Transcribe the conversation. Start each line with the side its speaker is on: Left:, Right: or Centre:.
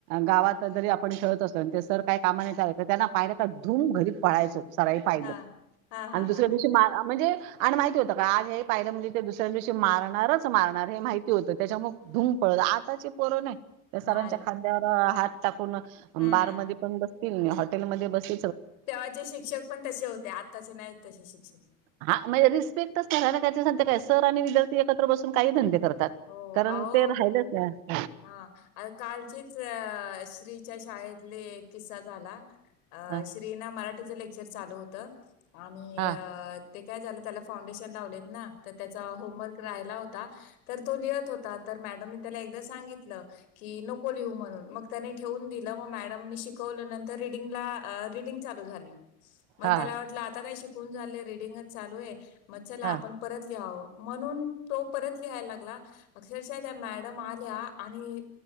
Right: गाात जरी आपण खेळत असतो सर काय कामा त्यां धूम घरी पळायचो सराळी पाहिलं
Left: हां. हां, हां,
Right: आणि दुसऱ्या
Left: हां,
Right: दिवशी
Left: हां.
Right: म म्हणजे आणि माहिती होतं का आज हे पाहिलं म्हणजे ते दुसऱ्यां दिवशी मारणारच मारणार हे माहिती होतं त्याच्यामु धूमप आताची पोरो नाही सरांच्या
Left: नाही.
Right: खांद्यावर हात टाकून
Left: हं.
Right: बार म पण हॉटेमध्ये बस
Left: तेव्हाचे शिक्षक पण तसे होते आताचे नाहीत तसे शिक्षक
Right: हा म्हणजे रिस्पेक्टच करा त्याय काय सर आणि विद्यार्थी एकत्र बसून काही धंदे करतात
Left: हो,
Right: कारण
Left: अहो
Right: ते राहिलंच का
Left: हा कालचीच अ श्रीच्या शाळेतली एक किसा झाला
Right: हा
Left: श्रीना मराठीचं लेक्चर चालू होत आणि
Right: हा
Left: ते काय झालं त्याला फाउंडेशन लावलेत ना तर त्याचा होमवर्क राहायला होता तर तो लिहत होता तर मॅडम त्याला एकदा सांगितलं नि म्ह त्या ठे म श रीडिंग चालू झाली मग
Right: हा
Left: त्याला वाटलं आता काय शिकून झालंय रीडिंगच चालू आहे मग चला
Right: हा
Left: आपण परत लिहावं म्हणून तो परत लिहायला लागला अक्षरशः त्या मॅडम आल्या आणि